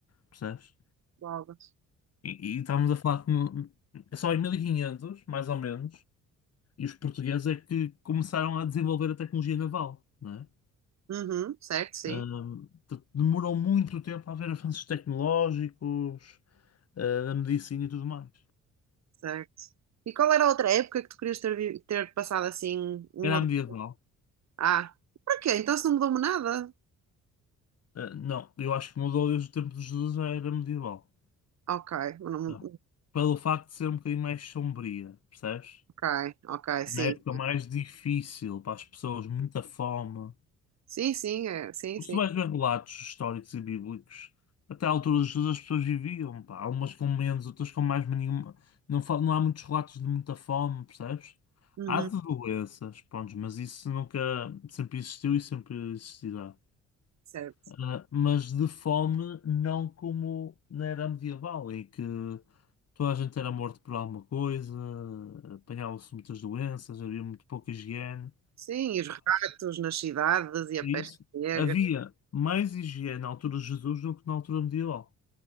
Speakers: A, on the left; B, on the right.
A: percebes?
B: Bolas.
A: E, e estávamos a falar que no- só em 1500, mais ou menos, E os portugueses é que começaram a desenvolver a tecnologia naval, não é?
B: Uhum, certo, sim.
A: Ahm, portanto, demorou muito tempo a haver avanços tecnológicos, ah, da medicina e tudo mais.
B: Certo. E qual era a outra época que tu querias ter, vi- ter passado assim um
A: Era
B: ou dois?
A: medieval?
B: Ah, para quê? Então se não mudou-me nada?
A: Ah, não, eu acho que mudou desde o tempo de Jesus, já era medieval.
B: Ok. não-
A: Não. Pelo facto de ser um bocadinho mais sombria, percebes?
B: ok, ok, sim.
A: Uma época mais difícil para as pessoas, muita fome,
B: Sim, sim, é, sim,
A: Se
B: sim.
A: tu vais ver relatos históricos e bíblicos, até à altura de Jesus as pessoas viviam, pá. Há umas com menos, outras com mais, mas nenhuma. Não, fa- não há muitos relatos de muita fome, percebes?
B: Uhum,
A: Há de doenças, pronto, mas isso nunca, sempre existiu e sempre existirá.
B: certo.
A: Ah, mas de fome, não como na era medieval, em que toda a gente era morto por alguma coisa, apanhavam-se muitas doenças, havia muito pouca higiene.
B: Sim, e os ratos nas cidades e a
A: É
B: peste
A: Isso.
B: negra.
A: Havia mais higiene na altura de Jesus do que na altura medieval.